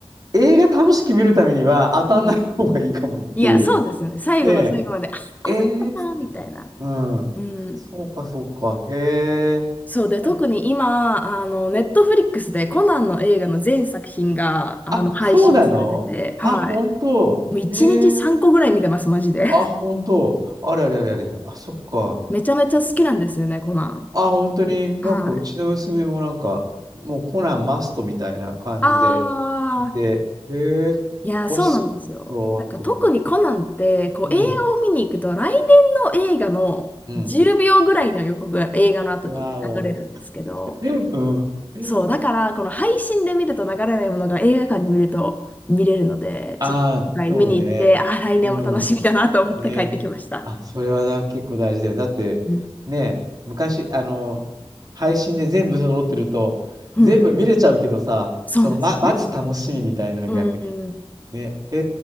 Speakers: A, on the right (about 40°); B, on the left (about 15°).
A: 映画楽しく見るためには当たんない方がいいかもっていう。
B: <laughs> うん。いや、そうですよね。最後の最後まで、
A: で、
B: あ、この人か、
A: えーっつって。
B: みたいな。
A: うん。
B: うん。
A: そうか、そうか。へえ。
B: そうで、
A: あ、
B: 特に今、あの、ネットフリックスでコナンの映画の全作品が、あの、
A: あそうなのあ、
B: 配信されてて、はい。
A: 本当。
B: もう1日3個ぐらい見てます、
A: へえ。
B: マジで。<laughs>
A: あ、本当。あれあれあれあれ。あ、そっか。
B: めちゃめちゃ好きなんですよね、コナン。
A: あ、本当に、なんかうちの娘もなんか、
B: はい。
A: もうコナンマストみたいな感じで
B: あー、
A: いて、へえ、
B: いや、
A: お好きなんだと思って。
B: そうなんですよ。なんか特にコナンって、こう映画を見に行くと、
A: うん、
B: 来年の映画の10秒ぐらいの予告が映画の後に流れるんですけど、
A: うん。わお。うん。
B: そう、だからこの配信で見ると流れないものが映画館に見ると見れるので、
A: <laughs> ああ、
B: ちょっと今回見に行って、
A: そうね。
B: ああ来年も楽しみだなと思って帰ってきました。
A: うん。ね。あ、それはだ結構大事だよ。だって、
B: うん。
A: ね、昔、あの、配信で全部揃ってると、
B: うん。
A: 全部見れちゃうけどさ、
B: そうなんですよね。
A: その、ま、待つ楽しみみたいなのが逆に。
B: うん。
A: ね。へ